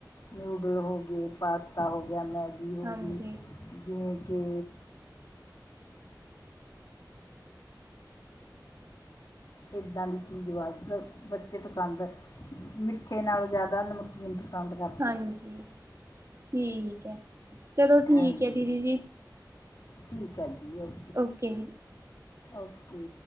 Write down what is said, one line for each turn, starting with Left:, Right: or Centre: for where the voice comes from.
Left: ਨਿਊਡਲ ਹੋ ਗਏ ਪਾਸਤਾ ਹੋ ਗਿਆ ਮੈਗੀ ਹੋ
Right: ਹਾਂਜੀ
Left: ਗਈ। ਜਿਵੇਂ ਕੇ ਇੱਦਾਂ ਦੀ ਚੀਜ਼ ਵੱਧ ਬੱਚੇ ਪਸੰਦ ਮਿੱਠੇ ਨਾਲੋ ਜ਼ਿਆਦਾ ਨਮਕੀਨ ਪਸੰਦ ਕਰਦੇ
Right: ਹਾਂਜੀ ਠੀਕ ਹੈ। ਚਲੋ ਠੀਕ
Left: ਐ ਨੇ
Right: ਹੈ ਦੀਦੀ ਜੀ
Left: ਠੀਕ ਹੈ ਜੀ ਉਹ
Right: ਓਕੇ ਜੀ
Left: ਓਕੇ